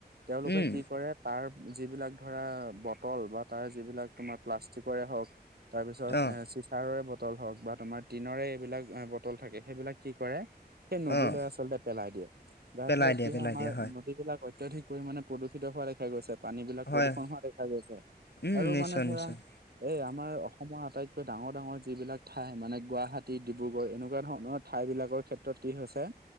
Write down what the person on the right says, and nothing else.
তেওঁলোকে
কি কৰে তাৰ যিবিলাক ধৰা বটল বা তাৰ যিবিলাক তোমাৰ প্লাষ্টিকৰে হওঁক তাৰ পিছত
এ চিচাৰৰে বটল হওক বা তোমাৰ টিনৰে এইবিলাক বটল থাকে সেইবিলাক কি কৰে সেই নদীলৈ
আচলতে পেলাই দিয়ে যাৰ
ফলত
কি
হয় আমাৰ
নদীবলাক অত্যাধিক পৰিমাণে প্ৰদূষিত হোৱা দেখা গৈছে, পানীবিলাক
প্ৰদূষণ হোৱা দেখা গৈছে
আৰু
মানে ধৰা
এই আমাৰ অসমৰ আটাইতকৈ ডাঙৰ ডাঙৰ যিবিলাক ঠাই মানে গুৱাহাটী, ডিব্ৰুগড় এনেকুৱা ধৰণৰ ঠাই বিলাকৰ ক্ষেত্ৰত কি হৈছে,